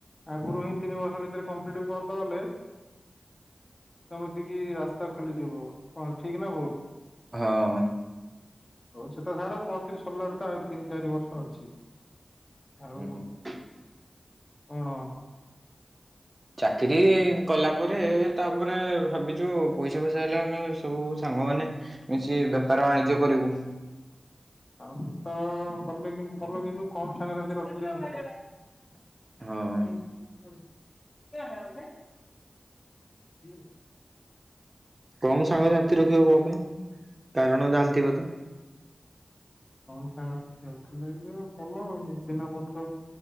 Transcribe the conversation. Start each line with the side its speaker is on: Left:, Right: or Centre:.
Left: ଆଗରୁ ହିଁ ତିନି ବର୍ଷ ଭିତରେ କମ୍ପିଟେଟିଭ କରିଦେବ ବୋଲେ ସେମତି କି ରାସ୍ତା ଖୋଲିଯିବ କଣ ଠିକ ନା ଭୁଲ
Right: ହଁ
Left: ହଉ ସେଟା ସାର ପ୍ଲସ ଥ୍ରି ସରିଲାଟେ ତ ଆହୁରି ତିନି ଚାରି ବର୍ଷ ଅଛି ଆଉ
Right: ହୁଁ। <inaudible>
Left: କଣ
Right: ଚାକିରି କଲା ପରେ ତାପରେ ଭାବିଛୁ ପଇସା ଫଇସା ହେଲେ ଆମେ ସବୁ ସାଙ୍ଗମାନେ କିଛି ବେପାର ବାଣିଜ୍ୟ କରିବୁ
Left: ଆଉ ଗୀତ କଲେ କିନ୍ତୁ ଭଲ କିନ୍ତୁ କମ ସାଙ୍ଗସାଥି ରଖିଲେ <inaudible>
Right: ହଁ।
Left: ହଁ
Right: କମ ସାଙ୍ଗସାଥି ରଖିବ କଣ ପାଇଁ କାରଣ ଜାଣିଥିବେ ତ
Left: କମ ସାଙ୍ଗସାଥି ରଖିଲେ ଭଲ ନିଜ ଚିହ୍ନ ପତ୍ର